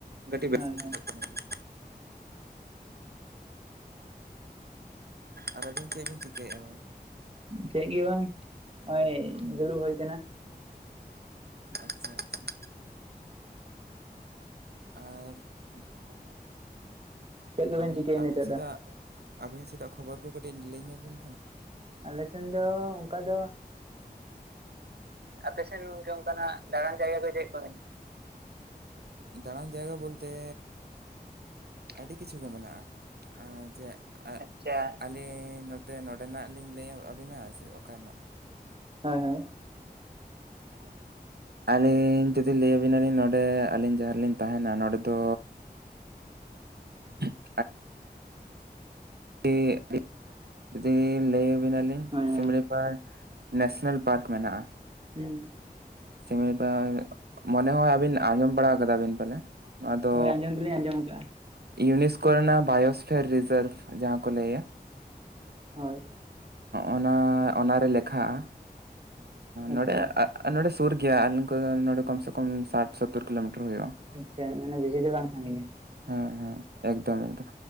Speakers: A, on the right; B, on the right.
A: ᱠᱟᱹᱴᱤᱡ ᱵᱮᱥ
B: ᱦᱳᱭ
A: ᱜᱮ
B: ᱦᱳᱭ
A: ᱵᱩᱡᱷᱟᱹᱜ ᱠᱟᱱᱟ ᱵᱚᱭᱦᱟ ᱟᱨ ᱟᱹᱵᱤᱱ ᱪᱮᱫ ᱵᱤᱱ ᱪᱤᱠᱟᱹᱭᱮᱫ-ᱟ ᱵᱮᱱ
B: ᱪᱮᱫ ᱜᱮ ᱵᱟᱝ ᱱᱚ-ᱚᱭ ᱫᱩᱨᱩᱵ ᱦᱩᱭ ᱠᱟᱱᱟ
A: ᱟᱪᱪᱷᱟ ᱟᱪᱪᱷᱟ ᱟᱨ ᱟᱨ ᱛᱟᱦᱚᱞᱮ
B: ᱪᱮᱫ ᱠᱚᱵᱮᱱ
A: ᱟᱹᱵᱤᱱ
B: ᱪᱤᱠᱟᱹᱭᱟ ᱱᱤᱛᱚᱜ
A: ᱟᱹᱵᱤᱱ ᱥᱮᱫᱟᱜ
B: ᱫᱚ
A: ᱟᱹᱵᱤᱱ ᱥᱮᱫᱟᱜ ᱠᱷᱚᱵᱚᱨ ᱠᱚ ᱠᱟᱹᱴᱤᱡ ᱞᱟᱹᱭ ᱧᱚᱜᱽ ᱵᱤᱱ ᱵᱚᱭᱦᱟ
B: ᱟᱞᱮᱥᱮᱱ ᱫᱚ ᱚᱝᱠᱟ ᱫᱚ
A: ᱟᱯᱮ ᱥᱮᱱ ᱜᱮ ᱚᱝᱠᱟᱱᱟᱜ ᱫᱟᱬᱟᱱ ᱡᱟᱭᱜᱟ ᱠᱚ ᱪᱮᱫ ᱠᱚ ᱢᱮᱱᱟ ᱫᱟᱬᱟᱱ ᱡᱟᱭᱜᱟ ᱵᱚᱞᱛᱮ ᱟᱹᱰᱤ ᱠᱤᱪᱷᱩᱜᱮ ᱢᱮᱱᱟᱜ-ᱟ ᱡᱮ ᱟᱪᱪᱷᱟ ᱟᱹᱞᱤᱧ ᱱᱚᱛᱮ ᱱᱚᱰᱮᱱᱟᱜ ᱞᱤᱧ ᱞᱟᱹᱭ ᱟᱹᱵᱤᱱᱟ ᱥᱮ ᱚᱠᱟᱨᱮᱱᱟᱜ
B: ᱦᱳᱭ ᱦᱳᱭ
A: <unintelligible> ᱟᱹᱞᱤᱧ ᱡᱩᱫᱤ ᱞᱟᱹᱭᱟᱵᱤᱱᱟᱞᱤᱧ ᱱᱚᱰᱮ ᱟᱹᱞᱤᱧ ᱡᱟᱦᱟᱸ ᱨᱮᱞᱤᱧ ᱛᱟᱦᱮᱱᱟ ᱱᱚᱰᱮ ᱫᱚ ᱮᱸ <unintelligible> ᱡᱩᱫᱤ ᱞᱟᱹᱭᱟᱵᱤᱱᱟᱞᱤᱧ
B: ᱦᱳᱭ
A: ᱥᱤᱢᱲᱤ
B: ᱦᱳᱭ
A: ᱱᱮᱥᱱᱮᱞ ᱯᱟᱨᱠ ᱢᱮᱱᱟᱜᱼᱟ
B: ᱦᱩᱸ
A: <unintelligible> ᱢᱚᱱᱮ ᱦᱚᱭ ᱟᱹᱵᱤᱱ ᱟᱸᱡᱚᱢ ᱵᱟᱲᱟ ᱠᱟᱫᱟ ᱵᱤᱱ ᱯᱟᱞᱮ ᱱᱚᱣᱟ ᱫᱚ
B: ᱦᱳᱭ ᱟᱸᱡᱚᱢ ᱫᱚᱞᱤᱧ ᱟᱸᱡᱚᱢ ᱟᱠᱟᱜᱼᱟ
A: ᱤᱭᱩᱱᱤᱥᱠᱳ ᱨᱮᱱᱟᱜ ᱵᱟᱭᱳᱥᱯᱷᱮᱨ ᱨᱤᱡᱟᱨᱵᱷ ᱡᱟᱦᱟᱸ ᱠᱚ ᱞᱟᱹᱭᱟ
B: ᱦᱳᱭ
A: ᱚᱱᱟ ᱚᱱᱟᱨᱮ ᱞᱮᱠᱷᱟᱜᱼᱟ
B: ᱟᱪᱪᱷᱟ
A: ᱱᱚᱸᱰᱮ ᱱᱚᱸᱰᱮ ᱥᱩᱨ ᱜᱮᱭᱟ ᱟᱞᱤᱧ ᱠᱷᱚᱱ ᱱᱚᱰᱮ ᱠᱚᱢ ᱥᱮ ᱠᱚᱢ ᱥᱟᱴ ᱥᱳᱛᱳᱚᱨ ᱠᱤᱞᱳᱢᱤᱴᱟᱨ ᱦᱩᱭᱩᱜᱼᱟ
B: ᱟᱪᱪᱷᱟ ᱢᱟᱱᱮ ᱵᱤᱥᱤ ᱫᱚ ᱵᱟᱝ ᱥᱟᱺᱜᱤᱧᱟ
A: ᱦᱮᱸ ᱦᱮᱸ ᱮᱠᱫᱚᱢ ᱮᱠᱫᱚᱢ